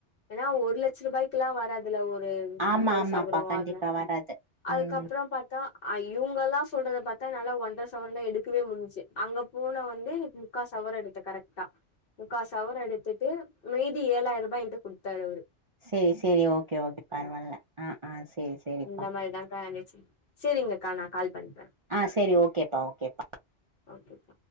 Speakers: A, on the left (about 55°); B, on the right (about 40°).
A: ஏன்னா ஒரு லட்ச ரூபாய்க் எல்லா வராதுல ஒரு ஒரு
B: ஆமா
A: ஒரு
B: ஆமாப்பா
A: சவரோ
B: கண்டிப்பா
A: அது
B: வராது
A: அதுக்கப்புறோ
B: ம்
A: பாத்தா ஐ இவங்கல்லா சொல்றத பாத் த்தா நாலா ஒன்டர சவரன் தான் எடுக்கவே முடிஞ்ச்சு அங்க போனா வந் ந்து எனக்கு முக்கா சவர எடுத்த கரெட் ட்டா முக்காசவரோ எடுத்துட்டு மீதி ஏழாயிர ரூபா என்ட்ட குடுத்தாரு அவரு
B: செரி செரி ஓகே ஓகே பரவால்ல அ அ செரி செரிப்பா
A: அந்த மாதிரிதான்க்கா இருந்துச்சு செரிங்கக்கா நான் கால் பண்
B: ஆ செரி ஓகேப்பா ஓகேப்பா
A: ஓகேக்கா